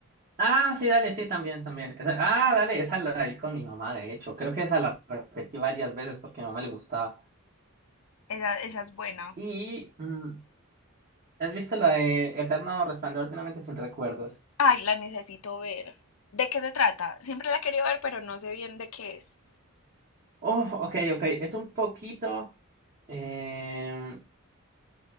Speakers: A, on the right; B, on the left.
A: Ah, sí, dale, sí, también, también. Esa- ah, dale, esa la vi con mi mamá, de hecho. Creo que esa la repetí varias veces porque a mi mamá le gustaba.
B: Esa, esa es buena.
A: Y, mm, ¿has visto la de Eterno Resplandor de una mente sin recuerdos?
B: Ay, la necesito ver. ¿De qué se trata? Siempre la he querido ver, pero no sé bien de qué es.
A: Uf, ok, ok. Es un poquito. em,